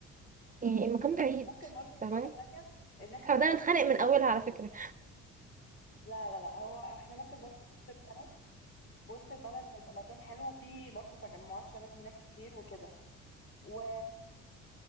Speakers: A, on the right; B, on the left.
A: يعني المكان بعيد
B: ممكن برضو فكرة
A: فاهماني
B: تانية ان احنا
A: احنا
B: نعمله
A: بدأنا نتخانق
B: في وسط
A: من اولها
B: في
A: على
B: وسط
A: فكرة
B: لا لا لا هو احنا ممكن برضو في وسط البلد في وسط البلد هيبقى مكان حلو وفيه برضو تجمعات شباب هناك كتير وكده و...